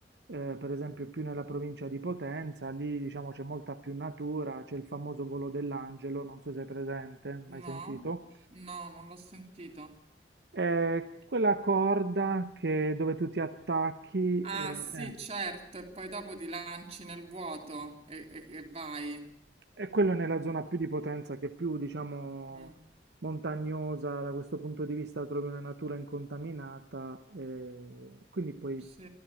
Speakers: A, on the right; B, on the right.
A: eh, per esempio, più nella provincia di Potenza, lì, diciamo, c'è molta più natura, c'è il famoso Volo dell'Angelo, non so se è presente, mai sentito?
B: No? No, non l'ho sentito.
A: È quella corda che- dove tu ti attacchi,
B: Ah
A: e,
B: sì,
A: eh,
B: certo, e poi dopo ti lanci nel vuoto e, e- e vai.
A: è quello nella zona più di Potenza, che è più, diciamo,
B: Mm,
A: montagnosa, da questo punto di vista trovi una natura incontaminata, e quindi puoi
B: Sì.